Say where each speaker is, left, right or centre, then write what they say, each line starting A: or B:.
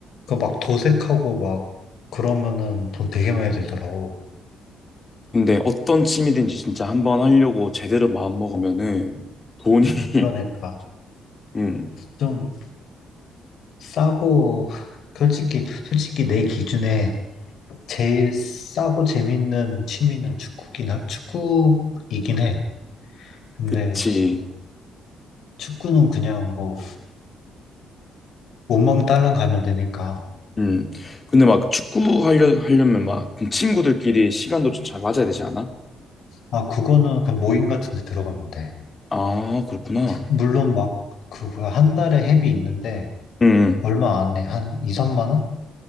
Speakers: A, on the left (about 55°); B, on the left (about 30°).
A: 그 막 도색하고 막 그러면은 돈 되게 많이 들더라고.
B: 근데 어떤 취미든지 진짜 한번 하려고 제대로 마음먹으면은 돈이,
A: 그러니까
B: <laughs> 응,
A: 좀 싸고, 솔직히, 솔직히 내 기준에 제일 싸고 재밌는 취미는 축구긴, 하- 축구이긴 해. 근데
B: 그치.
A: 축구는 그냥 뭐 원망 딸랑 가면 되니까
B: 음. 근데 막 축구 하려 하려면 막좀 친구들끼리 시간도 좀 잘 맞아야 되지 않아?
A: 아 그거는 그냥 모임 같은 데 들어가면 돼.
B: 아, 그렇구나.
A: 물론 막 그 뭐야 한 달에 회비 있는데
B: 음. 음.
A: 얼마 안 해. 한 2, 3만 원?